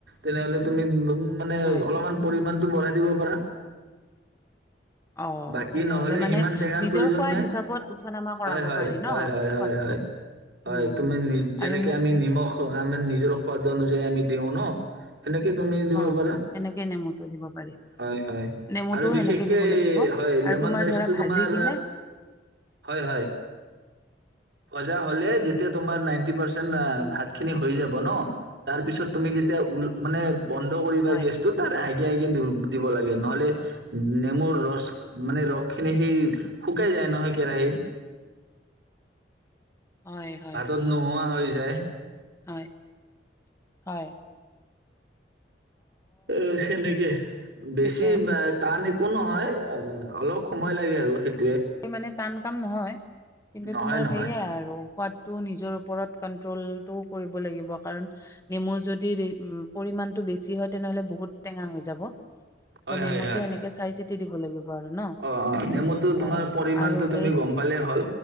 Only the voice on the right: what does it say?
তেনেহলে তুমি। মানে
অলপমান পৰিমাণ টো বঢ়াই দিব পাৰা
বাকী
নহলে
সিমান টেঙাৰ
প্ৰয়োজন
নাই
হয় হয়
হয়
হয় হয় হয়
তুমি
যেনেকে
আমি
নিমখ আমাৰ নিজৰ সাদ অনুযায়ী আমি। দেওঁ ন। এনেকে তুমি দিব
পাৰা
হয় হয়
আৰু বিশেষকে।
হয়
লেমন
ৰাইচটো
তোমাৰ
হয় হয় ভজা হলে যেতিয়া তোমাৰ নাইন নাইন্টি পাৰ্চেন্ট
ভাতখিনি হৈ যাব ন তাৰপিছত তুমি যেতিয়া উল মানে বন্ধ কৰিবা
গেছটো তাৰ <inaudible> দিব লাগে নহলে নেমুৰ ৰস মানে ৰসখিনি সেই শুকাই যায় নহয় কেৰাহিত
পাছত নোহোৱা হৈ যায়।
অ' সেনেকে বেছি
বা টান একো নহয় অলপ সময় লাগে আৰু সেই,
নহয়
নহয়
হয়
হয় হয়
অ অ নেমুটো তোমাৰ
পৰিমাণটো
গম পালেই হল